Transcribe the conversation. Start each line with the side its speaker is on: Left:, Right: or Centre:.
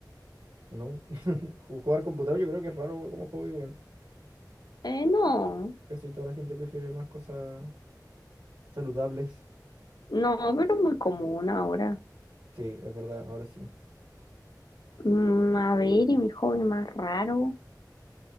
Right: no. <laughs> Ju- Jugar computador yo creo que es raro como hobby, bueno.
Left: Eh, no,
Right: Casi toda la gente prefiere más cosas saludables.
Left: no, pero es muy común ahora.
Right: Sí, es verdad, ahora sí.
Left: Mm, a ver, ¿y mi hobby más raro?